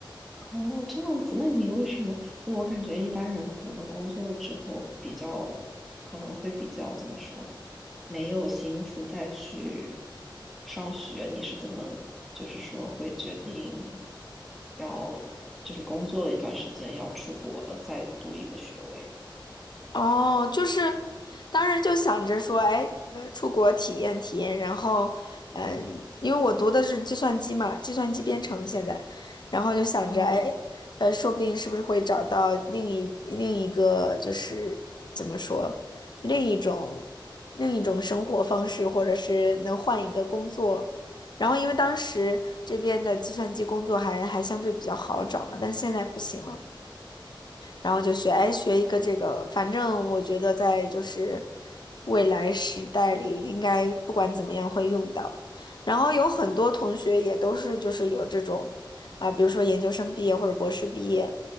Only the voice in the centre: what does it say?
哦，这样子，那你为什么？就我感觉一般人可能工作了之后比较，可能会比较怎么说，没有心思再去上学。你是怎么，就是说会决定要，就是工作了一段时间要出国再读一个学位呢？
啊。